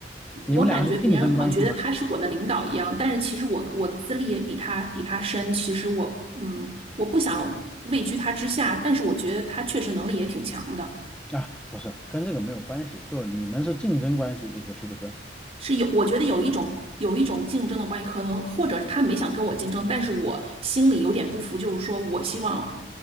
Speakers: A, in the centre; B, on the right.
A: 你们俩是竞争关系吗？
B: 我感觉别人好像觉得他是我的领导一样，但是其实我我的资历也比他比他深。其实我嗯，我不想位居他之下，但是我觉得他确实能力也挺强的，
A: 啊，不是，跟这个没有关系，就你们是竞争关系，意思是不是？
B: 是有我觉得有一种有一种竞争的关系，可能或者他没想跟我竞争，但是我心里有点不服，就是说我希望